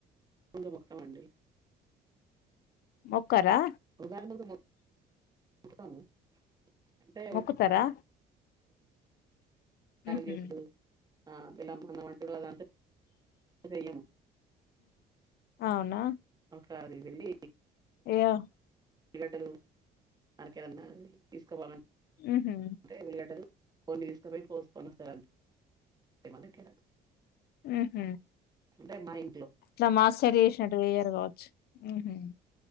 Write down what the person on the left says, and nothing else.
మొక్కరా
మొక్కుతారా ఉహు
అవునా
ఏయా
ఉహు
ఆహ
ఇట్లా మా సైడు చేసినట్టు చెయ్యరు కావచ్చు మ్మ్ హ్మ్మ్